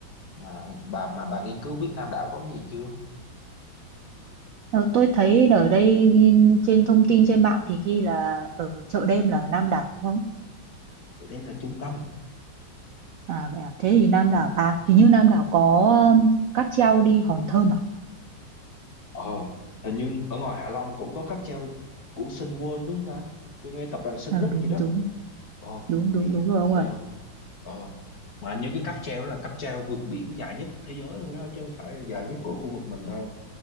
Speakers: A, on the left; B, on the right.
A: mà bà mà bà nghiên cứu biết Nam đảo có gì chưa
B: Ờ, tôi thấy ở đây ghi- trên thông tin trên mạng thì ghi là ở chợ đêm là ở Nam Đảo đúng không?
A: chỗ đây là trung tâm
B: À, vậy à? Thế thì Nam Đảo,
A: Ừ.
B: à hình như Nam Đảo có um, cáp treo đi Hòn Thơm à?
A: Ờ, hình như ở ngoài Hạ Long cũng có cáp treo của Sun World đúng không ta? Tôi nghe tập đoàn Sun
B: Ờ,
A: Group
B: đúng
A: gì đó.
B: đúng,
A: Ờ,
B: đúng đúng
A: thì
B: đúng rồi ông
A: ờ
B: ơi.
A: Ờ. Mà như cái cáp treo đó là cáp treo vượt biển dài nhất thế giới luôn đó chứ không phải là dài nhất của khu vực mình đâu.